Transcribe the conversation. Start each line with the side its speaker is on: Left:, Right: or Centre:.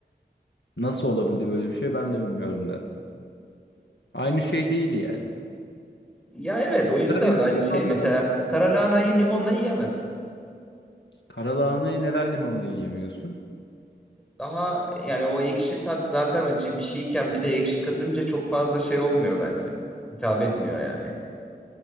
Left: nasıl olabildi böyle bir şey ben de bilmiyorum der. Aynı şey değil yani.
Centre: Ya evet o yüzden
Left: Karadeniz
Centre: aynı
Left: mutfağında
Centre: şey mesela karalahanayı limonla yiyemez.
Left: karalahanayı neden limonla yiyemiyorsun?
Centre: Daha yani o ekşi tat zaten acı bir şeyken bir de ekşi katınca çok fazla şey olmuyor bence. Hitap etmiyor yani.